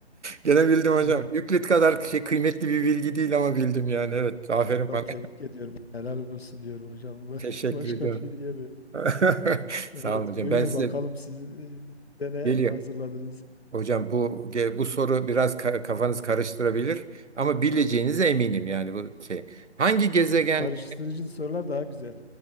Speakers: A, on the right; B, on the left.
A: Gene bildim hocam.
B: Evet,
A: Euclid kadar şey, kıymetli bir bilgi değil ama bildim yani. Evet, aferin
B: valla
A: bana.
B: tebrik ediyorum. Helal olsun diyorum hocam.
A: <laughs> Teşekkür
B: <laughs> Başka
A: ediyorum.
B: bir şey diyemiyorum.
A: <laughs>
B: Evet,
A: Sağ olun hocam.
B: buyurun
A: Ben size
B: bakalım siz e, bize ne
A: geliyor.
B: hazırladınız?
A: Hocam bu ge- bu soru biraz ka- kafanız karıştırabilir ama bileceğinize eminim yani bu şey. Hangi gezegen
B: E, Karıştırıcı sorular daha güzel.